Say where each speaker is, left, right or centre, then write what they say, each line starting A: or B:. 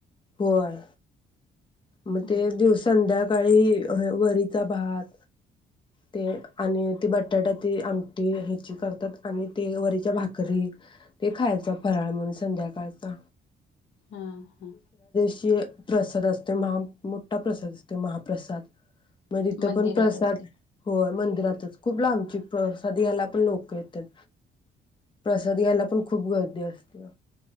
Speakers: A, on the left; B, on the left.
A: होय मग
B: हम्म
A: ते दिवसध्या सकाळी वरीचा भात ते आणि ते बटाटा ते आमटी ह्याची करतात आणि ते वरीच्या भाकरी ते खायचा फराळ म्हणून संध्याकाळचा
B: हा हा
A: हे प्रसाद असतोय महा मोठा प्रसाद असतोय महाप्रसाद मग तीथं
B: मंदिरातच
A: पण प्रसाद
B: ते
A: होय म्हण राहतात खूप लांबची प्रसाद घ्यायला पण लोक येत्यात प्रसाद घ्यायला पण खूप गर्दी असते.